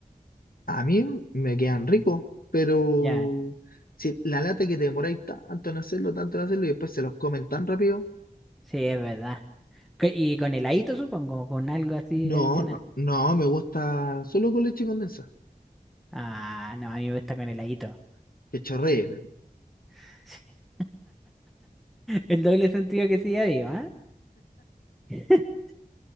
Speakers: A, on the left; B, in the centre.
A: A mí me quedan ricos, pero
B: Ya,
A: si la lata que te demoráis tanto en hacerlo, tanto en hacerlo, y después se los comen tan rápido,
B: sí, es verdad. ¿Qué- Y con heladito, supongo, con algo así
A: no,
B: adicional.
A: no, no, me gusta solo con leche condensada,
B: Ah, no, a mí me gusta con heladito.
A: que chorree, me gusta.
B: <laughs> El doble sentido que sigue vivo, ¿ah? <laughs>